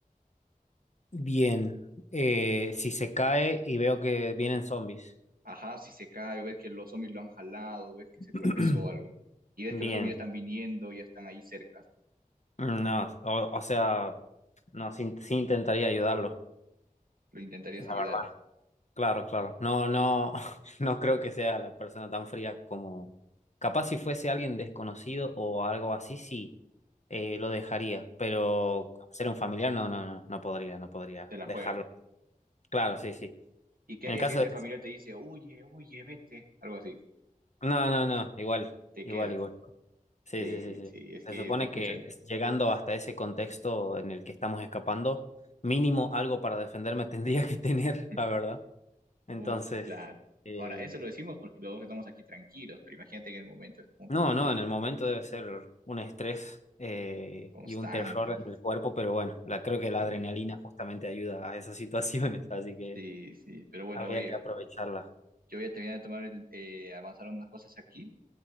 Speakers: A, on the left; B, on the right.
A: Bien. Eh, si se cae y veo que vienen zombies.
B: Ajá, si se cae, o ves que los zombies lo han jalado, ves que se tropezó
A: <clears throat>
B: o algo. Y ves
A: Bien.
B: que los zombies ya están viniendo, ya están ahí cerca.
A: No, o, o sea, no, sí, sí intentaría ayudarlo,
B: Lo intentarías
A: la
B: ayudar.
A: verdad. Claro, claro. No, no, <laughs> no creo que sea la persona tan fría como... Capaz si fuese alguien desconocido o algo así, sí, eh, lo dejaría. Pero ser un familiar, no, no, no, no podría, no podría
B: te la
A: dejarlo.
B: juegas.
A: Claro, sí, sí.
B: ¿Y qué
A: En
B: harías
A: el caso
B: si ese
A: de que...
B: familiar te dice, oye, oye, vete? Algo así,
A: No, no, no, igual,
B: te
A: igual,
B: quedas.
A: igual. igual. Sí,
B: Sí,
A: sí, sí, sí.
B: sí, es
A: Se
B: que
A: supone
B: se puchan.
A: que es- llegando hasta ese contexto en el que estamos escapando, mínimo algo para defenderme <laughs> tendría que tener,
B: <laughs>
A: la verdad. Entonces,
B: Uf, claro.
A: eh,
B: Ahora, eso lo decimos porque los dos estamos aquí tranquilos, pero imagínate que en el momento es como
A: no,
B: que, uf,
A: no, en el momento debe ser un estrés eh,
B: constante,
A: y un terror en
B: ¿no?
A: el cuerpo, pero bueno, la, creo que
B: Sí,
A: la adrenalina justamente ayuda a esas <laughs> situaciones, así que
B: sí, sí. Pero bueno,
A: habría
B: oye,
A: que aprovecharla.
B: yo voy a terminar de tomar, el, eh, avanzar unas cosas aquí